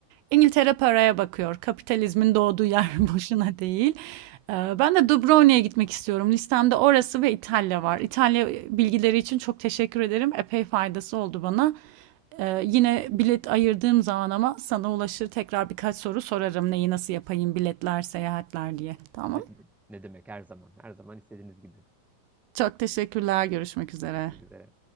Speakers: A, on the right (about 80°); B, in the centre.
A: İngiltere paraya bakıyor. Kapitalizmin doğduğu yer <laughs> boşuna değil. Ee, Ben de Dubrovnik'e gitmek istiyorum. Listemde orası ve İtalya var. İtalya bilgileri için çok teşekkür ederim. Epey faydası oldu bana. Ee, yine bilet ayırdığım zaman ama sana ulaşır tekrar birkaç soru sorarım. Neyi nasıl yapayım biletler, seyahatler diye. Tamam.
B: Ne, ne, ne demek her zaman. Her zaman istediğiniz gibi.
A: Çok teşekkürler. Görüşmek üzere.
B: Görüşmek üzere.